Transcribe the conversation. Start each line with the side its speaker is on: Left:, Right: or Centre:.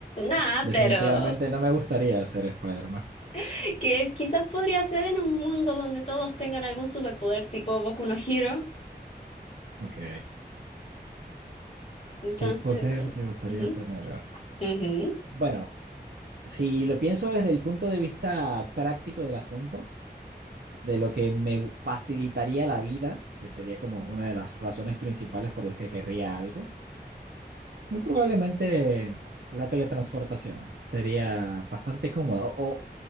Left: Nada,
Right: <laughs> Definitivamente
Left: pero
Right: no me gustaría ser Spider-Man.
Left: <laughs> que quizás podría ser en un mundo donde todos tengan algún superpoder tipo Boku no Hero.
Right: Ok.
Left: Entonces,
Right: ¿Qué poder te gustaría
Left: ujú,
Right: tener?
Left: ujú.
Right: Bueno, si lo pienso desde el punto de vista práctico del asunto. de lo que me facilitaría la vida, que sería como una de las razones principales por las que querría algo, muy probablemente la teletransportación sería bastante cómoda o,